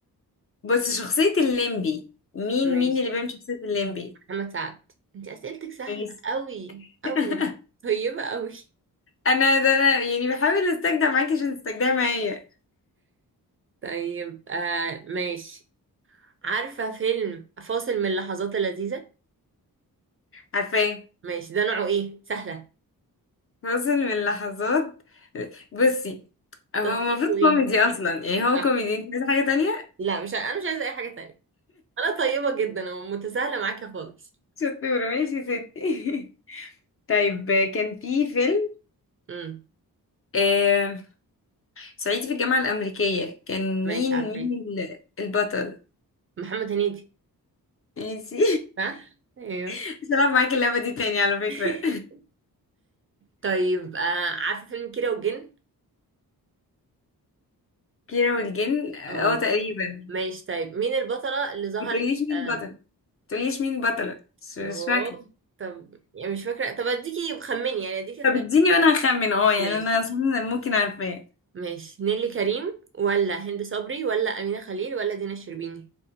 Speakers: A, on the left; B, on the right.
A: بص شخصية الليمبي مين
B: ماشي
A: مين اللي بيعمل شخصية الليمبي؟
B: محمد سعد انت اسئلتك سهله
A: ماشي
B: قوي قوي
A: <laughs>
B: طيبه قوي <laughs>
A: انا ده انا يعني بحاول استجدع معاكي عشان تستجدعي معايا
B: طيب آه ماشي عارفة فيلم فاصل من اللحظات اللذيذة
A: عارفاه
B: ماشي ده نوعه ايه سهلة
A: فاصل من اللحظات بصي هو
B: تصنيفه
A: المفروض
B: ايه
A: كوميدي اصلا يعني هو
B: صح
A: كوميدي انت عايزه حاجه تانية
B: لا مش ع- انا مش عايزة اي حاجة تانية انا طيبة جدا ومتساهلة معاكي خالص
A: شطوره ماشي يا ستي <laughs> طيب كان في فيلم
B: امم
A: آه صعيدي في الجامعه الامريكيه كان
B: ماشي
A: مين
B: عارفة
A: مين
B: ايه
A: ال- البطل
B: محمد هنيدي
A: ماشي
B: صح ايوه
A: <laughs> مش هلعب معاكي اللعبه دي تاني على فكره
B: <laughs> طيب آه عارفة فيلم كيرة والجن
A: كيرة والجن اه
B: اه
A: تقريبا
B: ماشي طيب مين البطلة اللي ظهرت
A: ما تقوليش مين
B: آه
A: البطل ما تقوليش مين البطله مش مش
B: يوه
A: فاكره
B: طب يعني مش فاكرة طب اديكي خمني يعني اديكي
A: طب
B: اختيار
A: اديني وانا هخمن اه يعني
B: ماشي
A: انا اصلا ممكن عارفاه
B: ماشي نيلي كريم ولا هند صبري ولا أمينة خليل ولا دينا الشربيني